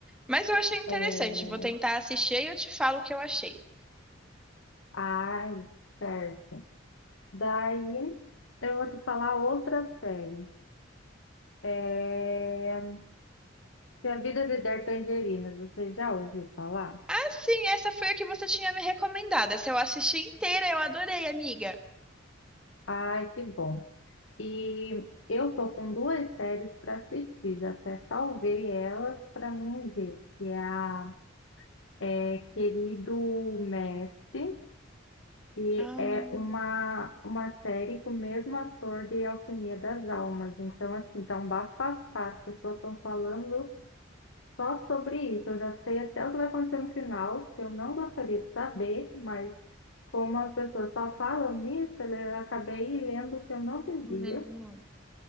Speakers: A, in the centre; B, on the left.
A: Mas eu achei interessante.
B: É...
A: Vou tentar assistir e eu te falo o que eu achei.
B: Ai, certo. Daí eu vou te falar outra série. É... Se a Vida lhe der tangerinas, você já ouviu falar?
A: Ah, sim, essa foi a que você tinha me recomendado. Essa eu assisti inteira, eu adorei, amiga.
B: Ai, que bom. E eu tô com duas séries para assistir, até salvei elas para mim ver, que é a é, Querido Mestre E
A: Ah,
B: é uma, uma série com o mesmo ator de Alquimia das Almas. Então, assim, tá um bafafá. As pessoas estão falando só sobre isso. Eu já sei até o que vai acontecer no final, que eu não gostaria de saber, mas como as pessoas só falam nisso, eu acabei lendo o que eu não devia.
A: hum.